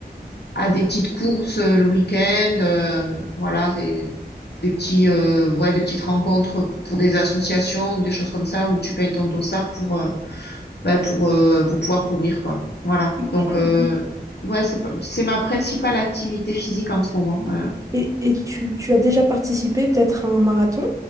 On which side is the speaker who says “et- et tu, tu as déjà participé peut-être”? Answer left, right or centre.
Right